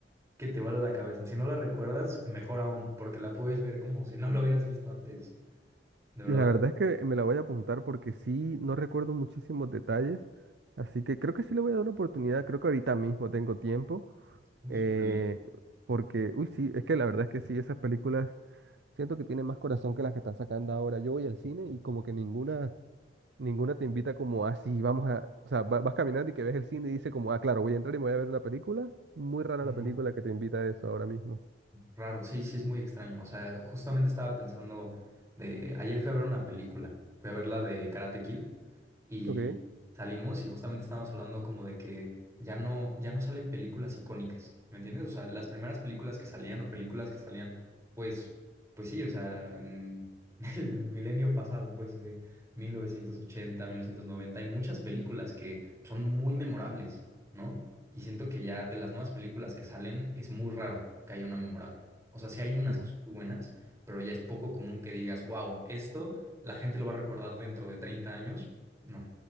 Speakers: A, on the right (about 20°); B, on the right (about 70°).
A: que te vuela la cabeza. Si no la recuerdas, mejor aún, porque la puedes ver como si no lo hubieras visto antes. De verdad,
B: La verdad es que me la voy a apuntar porque sí, no recuerdo muchísimos detalles. Así que creo que sí le voy a dar una oportunidad. Creo que ahorita mismo tengo tiempo.
A: uh,
B: eh,
A: súper
B: porque, uy, sí, es que la verdad es que sí, esas películas siento que tienen más corazón que las que están sacando ahora. Yo voy al cine y como que ninguna Ninguna te invita como así, vamos a, o sea, va- vas caminando y que ves el cine y dice como, ah, claro, voy a entrar y me voy a ver una película. Muy rara
A: bien.
B: la película que te invita a eso ahora mismo.
A: Raro, sí, sí es muy extraño. O sea, justamente estaba pensando de... Ayer fui a ver una película, fui a ver la de Karate Kid y
B: Ok.
A: salimos y justamente estábamos hablando como de que ya no, ya no salen películas icónicas, ¿me entiendes? O sea, las primeras películas que salían o películas que salían, pues, pues sí, o sea, en <laughs> el milenio pasado, pues de 1980, 1990, hay muchas películas que son muy memorables, ¿no? Y siento que ya de las nuevas películas que salen es muy raro que haya una memorable. O sea, sí hay unas
B: Sí.
A: que son muy buenas, pero ya es poco común que digas, wow, esto la gente lo va a recordar dentro de treinta años. No.